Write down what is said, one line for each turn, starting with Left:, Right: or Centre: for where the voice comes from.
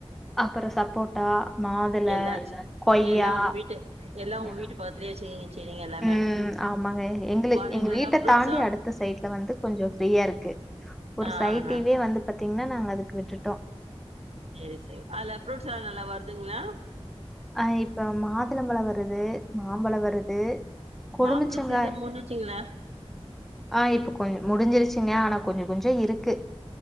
Centre: அப்றோ சப்போட் ஆ மாதுள
Right: எல்லாச்சு
Centre: கொய்யா
Right: எல்லா உங்க வீட்டு எல்லா உங்க
Centre: ம்
Right: வீட்டு பக்கத்துலயே வச்சிருக்கீங்க செடிங்க எல்லாமே
Centre: ம் ஆமாங்க எங்ளுக்
Right: வருதுங்களா
Centre: எங்க வீட்ட
Right: எல்லா ஃப்ரூட்ஸு
Centre: தாண்டி அடுத் து சைட்ல வந்து கொஞ்சோ ப்ரீயா இருக்கு ஒரு
Right: ஆ
Centre: சைட்டே
Right: ஆ
Centre: வந்து பாத்தீங்கன்னா நாங்க அதுக்கு விட்டுட்டோ
Right: சேரி சேரி அதுல ஃப்ரூட்ஸ் எல்லா நல்லா வருதுங்களா
Centre: அ இப்ப மாதுளம் ‌பழம் வருது மாம்பழம் வருது கொலுமிச்சங்காய்
Right: மாம்பழோ சீசன் முடிஞ்சிச்சுங்களா
Centre: ஆ இப்ப கொஞ்சம் முடிஞ்சிருசிங்க ஆனா கொஞ்சோ கொஞ்சோ இருக்கு